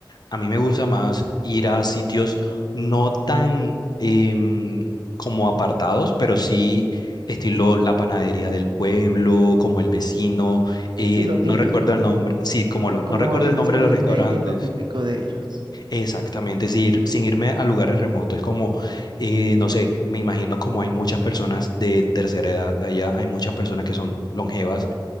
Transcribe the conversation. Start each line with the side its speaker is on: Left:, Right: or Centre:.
Left: A mí me gusta más ir a sitios no tan em, como apartados, pero sí estilo la panadería del pueblo, como el vecino, eh,
Right: Sí, lo típico.
Left: no recuerdo el nombre, sí, como lo-
Right: como
Left: no recuerdo
Right: inmiscuirte
Left: el nombre de los restaurantes.
Right: en lo típico de ellos.
Left: Exactamente, sin, ir- sin irme a lugares remotos. Es como, eh, no sé, me imagino como hay muchas personas de tercera edad allá, hay muchas personas que son longevas.